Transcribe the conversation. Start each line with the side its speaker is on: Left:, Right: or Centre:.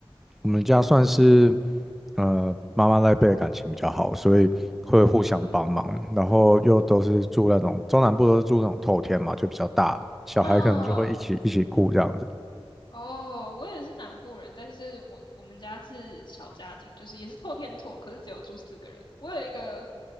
Centre: 我们家算是呃妈妈那一辈的感情比较好，所以会互相帮忙，
Left: 嗯，
Centre: 然后又都是住那种中南部都是住那种透天嘛，就比较大，小孩可能就会一起一起顾这样子。
Left: 啊，哦，我也是南部人，但是我我们家是小家庭，就是也是透天厝，可是只有住四个人。我有一个，